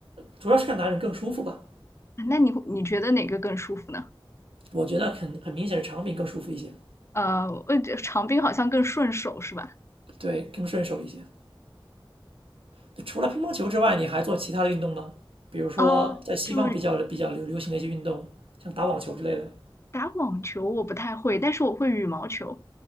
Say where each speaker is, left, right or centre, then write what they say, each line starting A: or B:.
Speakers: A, on the right (about 85°); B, on the left (about 30°).
A: 主要是看哪一种更舒服吧。
B: <laughs> 那你你觉得哪个更舒服呢？
A: 我觉得肯很明显是长柄更舒服一些，
B: 呃，我觉得长柄好像更顺手是吧？
A: 对，更顺手一些。对除了乒乓球之外，你还做其他的运动吗？比如说在西方比较比较流流行的一些运动，
B: 哦，就
A: 像打网球之类的。
B: 打网球我不太会，但是我会羽毛球。